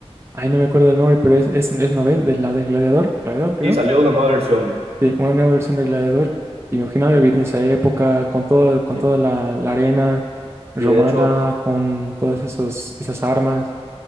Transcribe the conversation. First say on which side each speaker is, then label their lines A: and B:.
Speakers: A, on the right; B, on the right.
A: ay, no me acuerdo el nombre, pero es, es, es novel, de la de Gladiador, Gladiador creo.
B: Sí, salió una nueva versión.
A: Sí, una nueva versión de Gladiador. Y me imaginaba vivir en esa época con todo, con
B: Sí.
A: toda la, la arena romana,
B: Y de hecho,
A: con todas esos, esas armas.